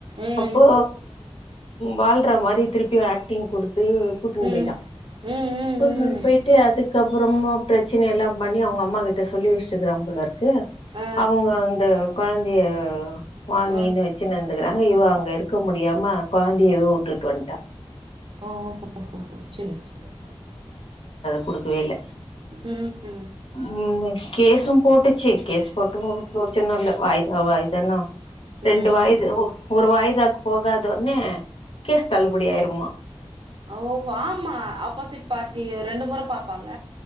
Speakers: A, on the right; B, on the left.
A: ம்
B: அப்போ வாழ்ற மாரி திருப்பி ஆக்டிங் குடு த்து கூட்டுன்
A: ம்
B: போயிட்டா
A: ம் ம்
B: கூட்னு
A: ம்
B: போயிட்டு அதுக்கப்புறமா பிரச்சன எல்லா பண்ணி அவங்க அம்மா கிட்ட சொல்லி வச்சுட்டுக்குறாம் போலரு க்கு
A: ஆ
B: அவுங்க அந்த கொழந்தைய வாங்கினு
A: ஆ
B: வச்சுனு இந்துகுறாங்க இவ அங்க இருக்க முடியாம கொழந்தைய இவ வுட்டுட்டு வன்ட்டா
A: ஓ ஹோ ஹொ ஹோ சேர் சேர் செரி
B: குடுக்கவேல்ல
A: ம்‌ ம்
B: ம் கேஸும் போட்டு ச்சு கேஸ் போட்டு ஒன்னு ப்ரோஜனொல்ல வாயிதா வாயிதன்னா
A: ம்
B: ரெண்டு வாயிது ஒ ஒரு வாயி தாக்கு போகதொன்னே கேஸ் தள்ளுபடி ஆயிருமா
A: அ ஒ ஆமா ஆப்போசிட் பார்ட்டி ரெண்டு முற பாப்பாங்க